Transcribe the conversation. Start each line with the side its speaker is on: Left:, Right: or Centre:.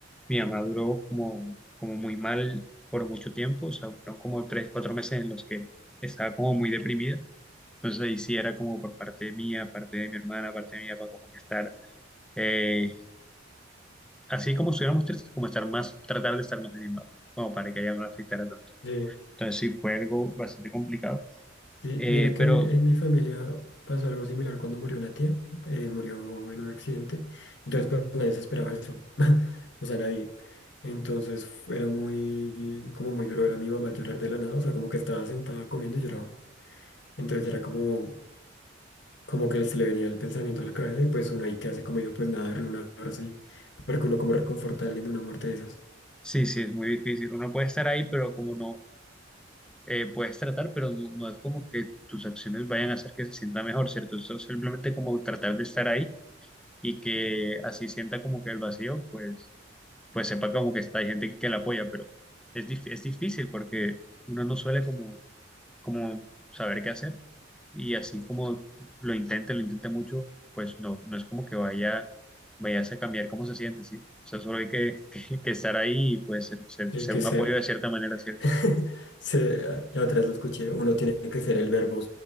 Centre: mi mamá duró como, como muy mal por mucho tiempo, o sea, fueron como tres, cuatro meses en los que estaba como muy deprimida. Entonces ahí sí era como por parte mía, parte de mi hermana, parte de mi papá, como que estar, eh, así como estuviéramos tristes, como estar más, tratar de estar más animado, como para que ella no la afectara tanto.
Left: Sí.
Centre: Entonces sí fue algo bastante complicado.
Left: Sí,
Centre: Eh,
Left: mira que
Centre: pero
Left: en mi familia pasó algo similar cuando murió una tía, eh, murió en un accidente, entonces pues nadie se esperaba eso, <laughs> o sea, nadie. Entonces fu- era muy, como muy duro ver a mi mamá llorar de la nada, o sea, como que estaba sentada comiendo y lloraba. Entonces era como, como que se le venía el pensamiento a la cabeza y pues uno ahí que hace como dijo, pues nada, darle un abrazo y, porque uno como reconforta a alguien de una muerte de esas.
Centre: sí, sí, es muy difícil. Uno puede estar ahí, pero como no. eh, puedes tratar, pero no, no es como que tus acciones vayan a hacer que se sienta mejor, ¿cierto? Eso es simplemente como tratar de estar ahí y que así sienta como que el vacío, pues, pues sepa como que está, hay gente que, la apoya, pero es, dif- es difícil porque uno no suele como, como saber qué hacer y así como lo intente, lo intente mucho, pues no, no es como que vaya, vayas a cambiar cómo se siente, ¿sí? O sea, solo hay que, <laughs> que, que estar ahí y pues ser, ser,
Left: Y
Centre: ser
Left: hay que
Centre: un
Left: ser.
Centre: apoyo de cierta manera, ¿cierto?
Left: <laughs> Se- la otra vez lo escuché, uno tiene que ser el verbo,